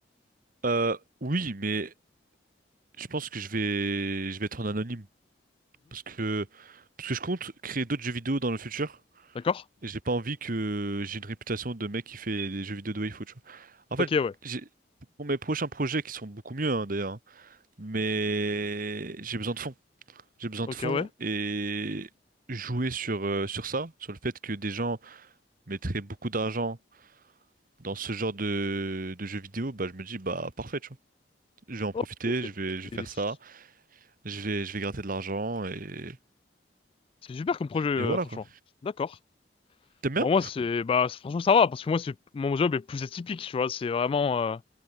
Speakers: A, on the right; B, on the left.
A: Euh, oui, mais je pense que je vais, je vais être en anonyme parce que, parce que je compte créer d'autres jeux vidéo dans le futur
B: D'accord?
A: et j'ai pas envie que j'ai une réputation de mec qui fait des jeux vidéo de waifu, tu vois. En fait,
B: Ok, ouais.
A: j'ai, pour mes prochains projets qui sont beaucoup mieux, hein, d'ailleurs, hein, mais j'ai besoin de fonds. J'ai besoin
B: Ok,
A: de fonds
B: ouais.
A: et jouer sur, euh, sur ça, sur le fait que des gens mettraient beaucoup d'argent dans ce genre de, de jeux vidéo, bah je me dis bah parfait, tu vois. Je vais en
B: Ok.
A: profiter, je vais, je vais faire
B: Et-
A: ça, je vais, je vais gratter de l'argent et,
B: C'est super comme projet, euh,
A: et voilà
B: franchement.
A: quoi.
B: D'accord.
A: T'aimes bien?
B: Bon, moi, c'est, bah, c'est- franchement, ça va, parce que moi, c'est, mon job est plus atypique, tu vois, c'est vraiment, euh,